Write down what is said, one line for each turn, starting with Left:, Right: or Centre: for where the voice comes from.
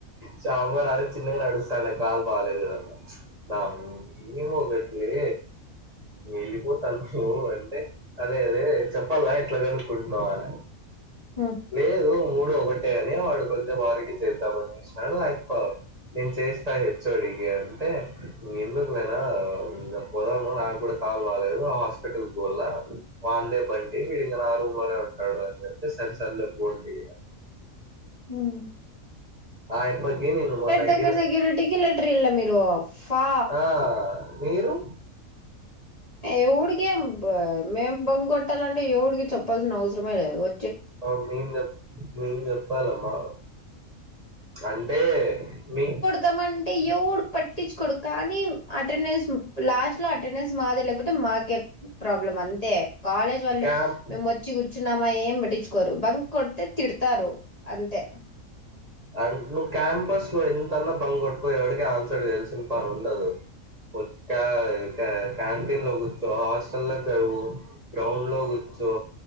Right: శామ్ గాడ్ ఆడ వచ్ చిన్నగా నడుస్తా ఉన్న కాలు బాలేదు కదన్న నం ఏదో ఒకట్లే వెళ్ళిపోతాన్నావు అంటే అదే అదే చెప్పాలా ఎట్లా కనుక్కుంటున్నావు అని
Left: అ
Right: లేదు మూడు ఒకటే అని వాడు కొంచెం ఆర్గ్యూ చేేద్దాం అని చూస్ నాడు అయప్ప నేను చేస్తానిట్ చూడి ఇగ అంటే ఎందుకు నానా ఇంగ పోదాము నాకు కూడా కాల్ బాలేదు హాస్ స్పిటల్ పోలా వాళ్లే బండి వీడి ఇంగ నా రూమ్ లోనే ఉంటాడు అని చెప్తే సరిసర్లే పోండి
Left: హ్మ్
Right: ఆ అయప్ప కి నిన్న మొన్నయిను
Left: దగ్గర సెక్యూరిటీకి లెటర్ ఇల్ల మీరు ఫా
Right: ఆ మీరు
Left: ఎవుడికి ఏం మేం బంక్ కొట్టాలంటే ఏవడికి చెప్పాల్సిన అవసరమే లేద్ వ
Right: ఆ మేం చెప్ మేం చెప్పాలమా అంటే మీ
Left: తం అంటే ఎవడు పట్టించుకోడు కానీ అటెండెన్స్ లాస్ట్ లో అటెండెన్స్ మాదే లేకపోతే మాకే ప్రాబ్లం అంతే కాలేజ్ వాళ్ళు
Right: క్యాంప్
Left: మేము వచ్చి కూర్చున్నామా ఏం పట్టించుకోరు బంక్ కొడితే తిడతారు అంతే
Right: అన్ నువ్వు క్యాంపస్ లో ఎంతన్నా బం కొట్టుకో ఎవడికి ఆన్సర్ చేయాల్సిన పని ఉండదు <unintelligible> క్యాంటీన్ లో కూర్చో హాస్టల్ దగ్గరి పో గ్రౌండ్ లో కూర్చో